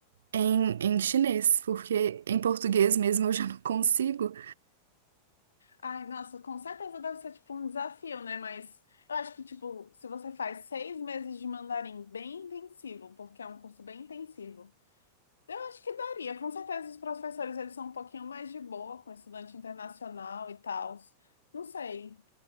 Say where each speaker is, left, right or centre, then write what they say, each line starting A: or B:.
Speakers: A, on the right; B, on the left.
A: em, em chinês, porque em português mesmo eu já não consigo.
B: Ai, nossa, com certeza deve ser tipo um desafio, né? Mas eu acho que, tipo, se você faz seis meses de mandarim bem intensivo, porque é um curso bem intensivo, eu acho que daria. Com certeza os professores, eles são um pouquinho mais de boa com estudante internacional e tal. Não sei.